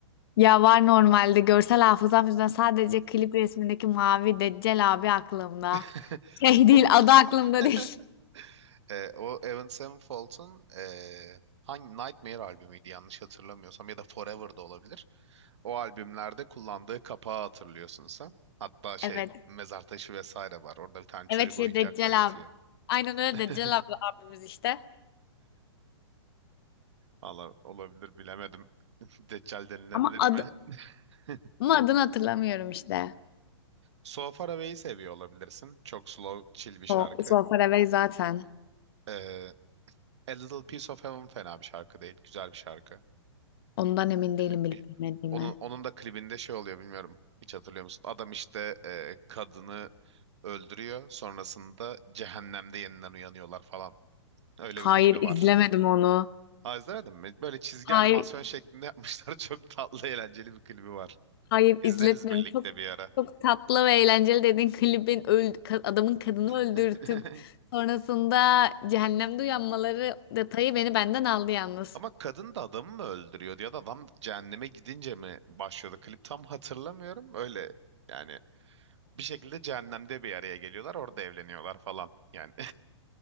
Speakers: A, on the left (about 50°); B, on the right (about 65°).
A: Ya var normalde görsel hafızam yüzünden sadece klip resmindeki mavi Deccal abi aklımda.
B: <laughs>
A: Şey değil
B: O...
A: adı aklımda
B: <laughs>
A: değil.
B: E, o Avenged Sevenfold'un e, hangi Nightmare albümüydü yanlış hatırlamıyorsam ya da Forever da olabilir. O albümlerde kullandığı kapağı hatırlıyorsun sen. Hatta şey
A: Evet.
B: mezar taşı vesaire var. Orada bir tane çocuk
A: Evet şey
B: oyuncakla
A: Deccal
B: yatıyor.
A: abi. Aynen öyle
B: <laughs>
A: Deccal abi abimiz işte.
B: Valla olabilir bilemedim. <laughs> Deccal denilebilir
A: Ama adı
B: mi? <laughs>
A: ama adını hatırlamıyorum işte.
B: So Far Away'i seviyor olabilirsin. Çok slow, chill bir şarkı.
A: O Solfaravel zaten.
B: E, A Little Piece of Heaven fena bir şarkı değil. Güzel bir şarkı.
A: Ondan emin değilim
B: Dinletmiş.
A: bilip bilmediğimi.
B: Onun, onun da klibinde şey oluyor bilmiyorum. Hiç hatırlıyor musun? Adam işte e, kadını öldürüyor. Sonrasında cehennemde yeniden uyanıyorlar falan. Öyle
A: Hayır
B: bir klibi var.
A: izlemedim onu.
B: Aa, izlemedin mi? Böyle çizgi
A: Hayır
B: animasyon şeklinde yapmışlar. <laughs> Çok tatlı, eğlenceli bir klibi var.
A: Hayır
B: İzleriz
A: izletmedim.
B: birlikte
A: Çok
B: bir ara.
A: çok tatlı ve eğlenceli dediğin klibin öl- ka- adamın kadını
B: <laughs>
A: öldürtüp sonrasında cehennemde uyanmaları detayı beni benden aldı yalnız.
B: Ama kadın da adamı mı öldürüyordu ya da adam cehenneme gidince mi başlıyordu? Klip tam hatırlamıyorum. Öyle yani bir şekilde cehennemde bir araya geliyorlar. Orada evleniyorlar falan. Yani